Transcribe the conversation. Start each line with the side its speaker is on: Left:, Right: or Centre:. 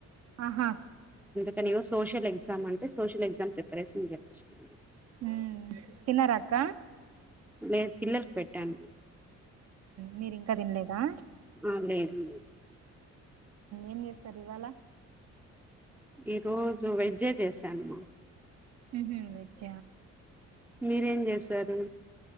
Right: ఆహా
Centre: కానీ ఈ రోజు సోషల్ ఎగ్జామ్ అంటే సోషల్ ఎగ్జామ్ ప్రిపరేషన్ చెప్పపిస్తుంది
Right: మ్మ్ తినారక్క
Centre: నేను పిల్లలకు పెట్టాను
Right: మీరి ఇంకా తినలేదా
Centre: ఆ లేదు
Right: ఏం చేస్తారు ఇవాళ
Centre: ఈ రోజు వెజ్జే చేసామ్మా
Right: మ్మ్ హూ వెజ్జ
Centre: మీరేం చేస్తారు